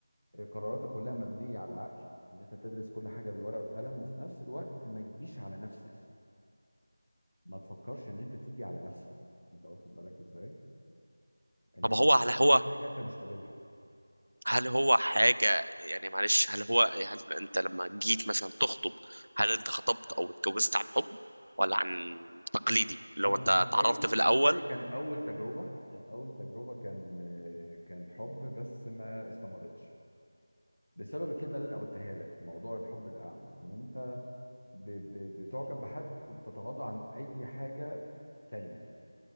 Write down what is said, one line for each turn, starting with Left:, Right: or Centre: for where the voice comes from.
Left: آه، قراراتك كلها مبنيه على عقل ان انت بتدرس كل حاجه بالورقه والقلم وفي نفس الوقت ما تجيش على نفسك ما تفكرش ان انت تيجي على نفسك انت واخد بالك ازاي ان
Right: طب
Left: انت
Right: هو
Left: تتقبل
Right: هل هو
Left: حاجه انت مش قابلها
Right: هل هو حاجة يعني معلش هل هو هل انت لما جيت مثلا تخطب هل انت خطبت او اتجوزت عن حب ولا عن تقليدي اللي
Left: انا
Right: هو انت
Left: بالنسبه
Right: اتعرفت
Left: لي
Right: في
Left: بالنسبه
Right: الاول
Left: لي كان اول تجربه كان اول تجربه كان آه، كان حب بس ما استمرتش بسبب الكلمه اللي انا قلتها لك موضوع الحب الاعمى ان انت ب- ب- بتعجب بحد وبتتغاضى عن اي حاجه تانية